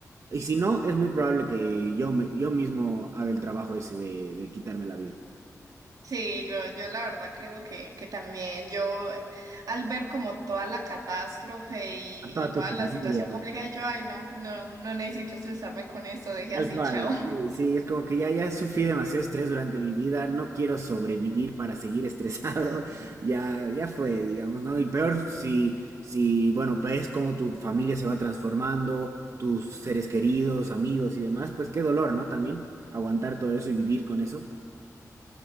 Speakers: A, on the right (about 55°); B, on the right (about 80°).
A: Y si no, es muy probable que yo, me- yo mismo haga el trabajo ese de, de quitarme la vida.
B: Sí, yo, yo la verdad creo que, que también yo al ver como toda la catástrofe y,
A: A toda
B: y toda
A: tu familia.
B: la situación complicada, yo, ay, no, no, no necesito estresarme con esto, deje
A: Tal
B: así,
A: cual.
B: chao. <laughs>
A: Sí, sí, es como que ya, ya sufrí demasiado estrés durante mi vida, no quiero sobrevivir para seguir estresado, <laughs> ya, ya fue, digamos, ¿no? Y peor si, si, bueno, ves cómo tu familia se va transformando, tus seres queridos, amigos y demás, pues qué dolor, ¿no? También aguantar todo eso y vivir con eso.